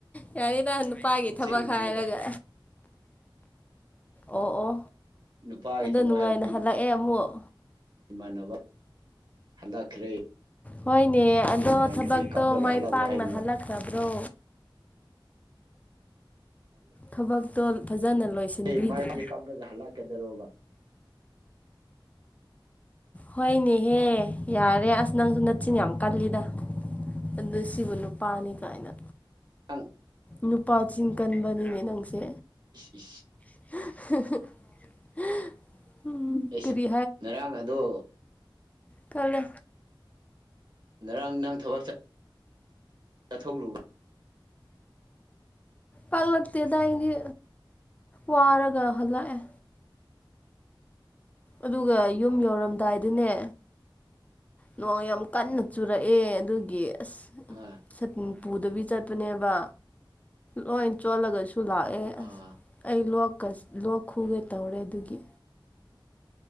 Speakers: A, on the left (about 15°); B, on the right (about 60°).
A: ꯌꯥꯅꯤ ꯅ ꯅꯨꯄꯥꯒꯤ ꯊꯕꯛ
B: ꯆꯠꯂꯨꯕꯅꯦꯗ
A: ꯍꯥꯏꯔꯒ ꯑꯣ ꯑꯣ
B: ꯅꯨꯄꯥꯒꯤ
A: ꯑꯗ
B: ꯊꯕꯛ
A: ꯅꯨꯡꯉꯥꯏꯅ
B: ꯍꯥꯏꯕꯗꯤ
A: ꯍꯜꯂꯛꯑꯦ ꯑꯃꯨꯛ
B: ꯏꯃꯥꯟꯅꯕ ꯍꯜꯂꯛꯈ꯭ꯔꯦ
A: ꯍꯣꯏꯅꯦ ꯑꯗꯣ
B: ꯅꯨꯡꯉꯥꯏꯅꯗꯤ
A: ꯊꯕꯛꯇꯣ
B: ꯀꯥꯞꯂꯒ
A: ꯃꯥꯏ
B: ꯍꯜꯂꯛꯄ
A: ꯄꯥꯛꯅ
B: ꯍꯥꯏꯕꯅꯣ
A: ꯍꯜꯂꯈꯕ꯭ꯔꯣ ꯊꯕꯛꯇꯣ ꯐꯖꯅ ꯂꯣꯏꯁꯤꯟꯕꯤꯗ꯭ꯔꯦ
B: ꯑꯩ ꯃꯥꯏꯕꯨꯗꯤ ꯀꯥꯞꯂꯒ ꯍꯜꯂꯛꯀꯗꯔꯕ
A: ꯍꯣꯏꯅꯦꯍꯦ ꯌꯥꯔꯦ ꯑꯁ ꯅꯪꯁꯨ ꯅꯠꯆꯤꯤꯟ ꯌꯥꯝ ꯀꯜꯂꯤꯗ ꯑꯗꯨ ꯁꯤꯕꯨ ꯅꯨꯄꯥꯅꯤ ꯀꯥꯏꯅ
B: ꯑꯪ
A: ꯅꯨꯄꯥ ꯆꯤꯡ ꯀꯟꯕꯅꯤꯅꯦ ꯅꯪꯁꯦ
B: <unintelligible>
A: <unintelligible>
B: ꯑꯦꯁ
A: ꯀꯔꯤ
B: ꯉꯔꯥꯡ ꯑꯗꯣ
A: ꯄꯨꯂꯦ
B: ꯉꯔꯥꯡ ꯅꯪ ꯊꯕꯛ ꯆꯠꯊꯣꯛꯂꯨ
A: ꯄꯥꯛꯂꯛꯇꯦꯗꯏꯗꯤ ꯋꯥꯔꯒ ꯍꯜꯂꯛꯑꯦ ꯑꯗꯨꯒ ꯌꯨꯝ ꯌꯧꯔꯝꯗꯥꯏꯗꯨꯅꯦ ꯅꯣꯡ ꯌꯥꯝ ꯀꯟꯅ ꯆꯨꯔꯛꯑꯦ ꯑꯗꯨꯒꯤ ꯑꯁ
B: ꯑ
A: ꯁ ꯄꯨꯗꯕꯤ ꯆꯠꯄꯅꯦꯕ ꯂꯣꯏ ꯆꯣꯜꯂꯒꯁꯨ ꯁꯨ ꯂꯥꯛꯑꯦ
B: ꯑꯥ
A: ꯑꯁ ꯑꯩ ꯂ ꯂꯣꯛ ꯈꯨꯒꯦ ꯇꯧꯔꯦ ꯑꯗꯨꯒꯤ